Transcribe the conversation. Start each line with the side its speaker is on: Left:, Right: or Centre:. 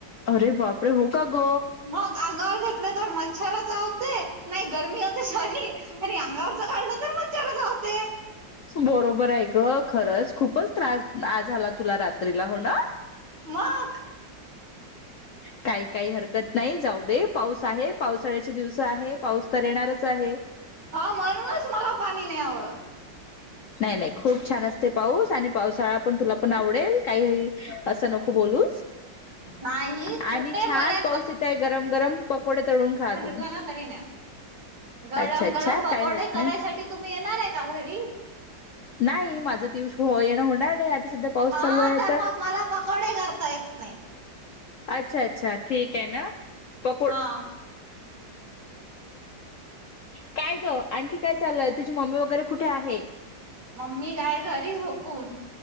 Left: वापरे हो. का ग?
Right: मग अंगवर घेतलं तर म मच्छरचावते नाही गरमी होते सॉरी आणि अंगावरच काढलं तर मच्छरचावते.
Left: तू बरोबर आहे ग खरंच खूप त्रास आज आला तुला रात्रीला हो ना.
Right: मग
Left: काही काही हरकत नाही जाऊ दे पाऊस आहे पाऊस पावसाळ्याचे दिवस आहे पाऊस तर येणारच आहे.
Right: हा म्हणूनच मला पाणी नाही आवडत.
Left: नाही नाही खूप छान असते पाऊस आणि पावसाळा पण तुला पण आवडेल काही अस नको बोलू
Right: नाही
Left: आणि
Right: कुठे
Left: छान
Right: मला
Left: पाऊस गरम गरम पकोडे तळून खातातो.
Right: अवणा तरीन. गळम
Left: अच्छा अच्छा
Right: गळम पकोडे
Left: काही होत
Right: करायसाठी
Left: नाही
Right: तुम्ही येणार आहे का घरी
Left: नाही माझ तवस येणं होणार नाही. सध्या पाऊस
Right: हा
Left: चालू आहे
Right: तर मग मला पकोडे करता येत नाही.
Left: अच्छा अच्छा ठीक आहे ना पकोड
Right: हा
Left: काय ग आणखी काय चालय तुझी मम्मी वगैरे कुठे आहे.
Right: मम्मी काय घरी झोपून